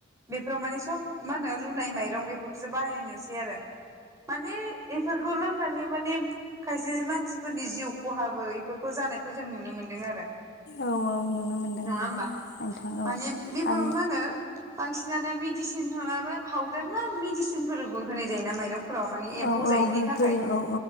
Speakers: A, on the right (about 15°); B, on the left (about 55°).
A: बेफोराव माने सब मा होनो रुनाय माइरं बेफोरखौसो बाहायनाय नुसै आरो माने एफोरखौल' नंङै माने खायसे मानसिफोरनि जिउ खहाबो एफोरखौ जानायखौ जों नुनो मोनदों आरो। नङा
B: औ औ नुनो मोनदों नंगौ
A: होमबा?
B: नोंथां
A: माने
B: औ
A: बेफोर
B: आरो
A: मा होनो। बांसिनानो मेदिसिन माबाबा फाउदार ना मेदिसिनफोरबो होनाय जाय ना माइरं फ्राव माने एम्फौ
B: औ
A: जायैनि
B: औ
A: थाखाय
B: होयो औ